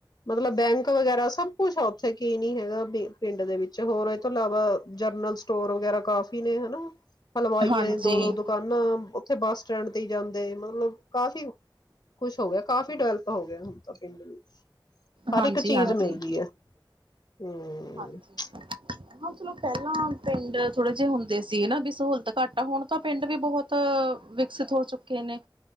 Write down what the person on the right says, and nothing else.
ਹਾਂਜੀ
ਹਾਂਜੀ
ਹਾਂਜੀ
ਹਾਂਜੀ
ਹਾਂ ਚਲੋ ਪਹਿਲਾਂ ਪਿੰਡ ਥੋੜੇ ਜੇ ਹੁੰਦੇ ਸੀ ਨਾ ਬੀ ਸਹੂਲਤ ਘੱਟ ਆ ਹੁਣ ਤਾਂ ਪਿੰਡ ਵੀ ਬਹੁਤ ਵਿਕਸਿਤ ਹੋ ਚੁੱਕੇ ਨੇ।